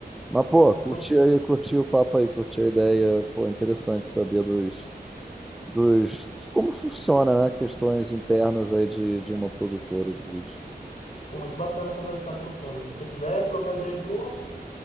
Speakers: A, in the centre; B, on the left.
A: Mas, pô,
B: Fechou.
A: curti aí, curti o papo aí, curti a ideia. Pô, interessante saber dos, dos, de como funciona, né? Questões internas aí de, de uma produtora de vídeo.
B: Foi muito bacana conversar com você, mano. Se você quiser trocar ideia de novo,